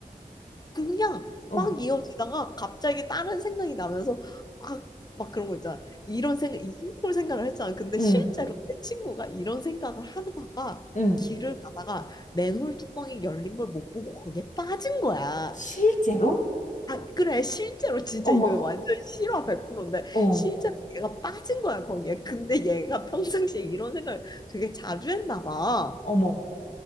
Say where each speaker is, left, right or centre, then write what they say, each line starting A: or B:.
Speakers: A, on the left (about 25°); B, on the left (about 55°).
A: 그냥
B: 어.
A: 막 이어지다가 갑자기 다른 생각이 나면서 아 막 그런 거 있잖아. 이런 생각, 이 심콜 생각을 했잖아. 근데
B: 응.
A: 실제로 내 친구가 이런 생각을 하다가
B: 응.
A: 길을 가다가 맨홀 뚜껑이 열린 걸 못 보고 거기에 빠진 거야.
B: 실제로?
A: 아 그래 실제로 진짜
B: 어머,
A: 이거 완전 실화 100%인데
B: 어,
A: 실제로 얘가 빠진 거야 거기에. 근데 얘가 평상시에 이런 생각을 되게 자주 했나 봐.
B: 어머.